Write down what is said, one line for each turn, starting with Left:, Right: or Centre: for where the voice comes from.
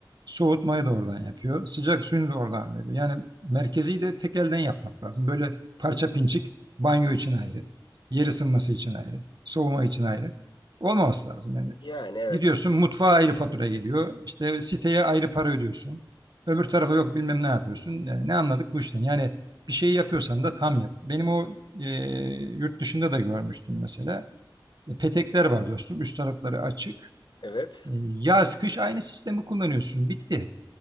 Right: soğutmayı da oradan yapıyor, sıcak suyunu da oradan veriyor. Yani merkezi de tek elden yapmak lazım. Böyle parça pinçik banyo için ayrı, yer ısınması için ayrı, soğuma için ayrı olmaması lazım. Yani
Left: yani evet.
Right: Gidiyorsun mutfağa ayrı fatura geliyor. İşte siteye ayrı para ödüyorsun. Öbür tarafa yok bilmem ne yapıyorsun. Yani ne anladık bu işten? Yani bir şeyi yapıyorsan da tam yap. Benim o e, yurt dışında da görmüştüm mesela. E, petekler var dostum. Üst tarafları açık.
Left: Evet.
Right: E, yaz kış aynı sistemi kullanıyorsun. Bitti.